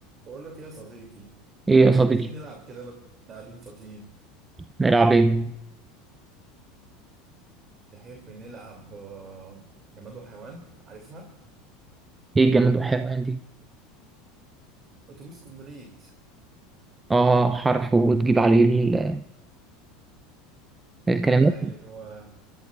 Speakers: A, on the right; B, on the right.
A: بقول لك ايه يا صديقي
B: ايه يا صديقي
A: ما تيجي نلعب كده بدل ما إحنا قاعدين فاضيين
B: نلعب ايه
A: تحب نلعب آه، جماد وحيوان عارفها
B: ايه الجماد والحيوان دي
A: اتوبيس كومبليت
B: اه حرف وتجيب عليه ال- الكلمات
A: ايوه